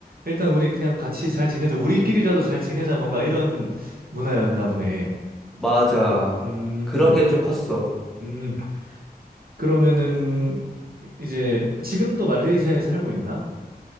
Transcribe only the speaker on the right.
일단 우리 그냥 같이 잘 지내자. 우리끼리라도 잘 지내자. 뭔가 이런 문화였나 보네.
음,
음. 그러면은 이제 지금도 말레이시아에 살고 있나?